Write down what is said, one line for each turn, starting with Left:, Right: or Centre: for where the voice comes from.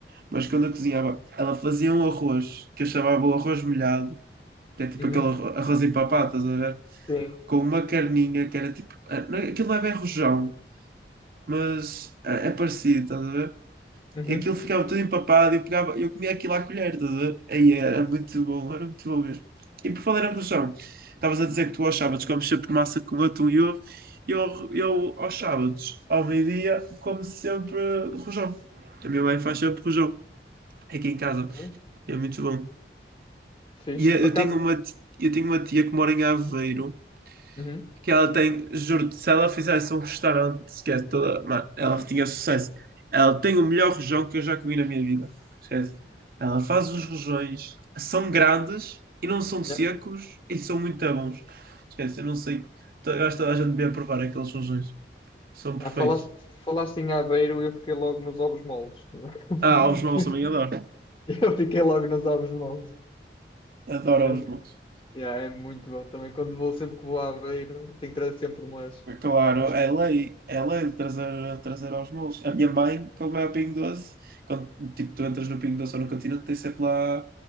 Right: Mas quando eu cozinhava, ela fazia um arroz, que eu chamava o arroz molhado, que é tipo
Left: Uhum.
Right: aquele arro- arroz empapado, estás a ver?
Left: Sim.
Right: Com uma carninha que era tipo. eh, não é- Aquilo não é bem rojão, mas eh, é parecido, estás a ver?
Left: Uhum.
Right: aquilo ficava tudo empapado, eu pegava, eu comia aquilo à colher, estás a ver? Aí era muito bom, era muito bom mesmo. E por falar em rojão, estavas a dizer que tu aos sábados comes sempre massa com atum e ovo, e eu, eu aos sábados, ao meio-dia, como sempre rojão. A minha mãe faz sempre rojão, aqui em casa,
Left: Olha,
Right: é muito bom.
Left: Fixe.
Right: E eu
Left: Por
Right: eu
Left: acaso.
Right: tenho uma, ti- eu tenho uma tia que mora em Aveiro,
Left: Uhum.
Right: que ela tem, juro-te, se ela fizesse um restaurante, esquece toda, mano, ela tinha sucesso. Ela tem o melhor rojão que eu já comi na minha vida. Esquece. Ela faz os rojões, são grandes e não são secos
Left: Yeah.
Right: e são muito bons. Esquece, eu não sei. to- Eu acho que toda a gente devia provar aqueles rojões. São perfeitos.
Left: Ah, falaste, falaste em Aveiro e eu fiquei logo nos ovos moles. <laughs>
Right: Ah, ovos maus também adoro.
Left: Eu fiquei logo nos ovos moles.
Right: Adoro
Left: É,
Right: ovos
Left: mu-
Right: maus.
Left: yeah, é muito bom também. Quando vou, sempre que vou a Aveiro, tenho que trazer sempre umas.
Right: É Claro,
Left: uns
Right: é
Left: tem-
Right: lei, é lei de trazer, trazer aos molos. A minha mãe, quando vai ao Pingo Doce, quando tipo, tu entras no Pingo Doce ou no Continente, tem sempre lá